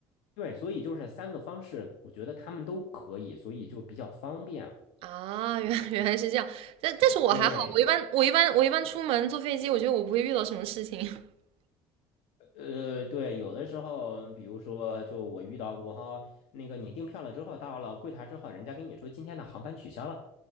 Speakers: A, on the left; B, on the right.
A: 对，所以就是三个方式，我觉得他们都可以，所以就比较方便。
B: 啊，原原来是这样，但但是我还好，
A: 对，
B: 我一般我一般我一般出门坐飞机，我觉得我不会遇到什么事情 <laughs>
A: 呃，对，有的时候，比如说，就我遇到过哈，那个你订票了之后，到了柜台之后，人家跟你说今天的航班取消了，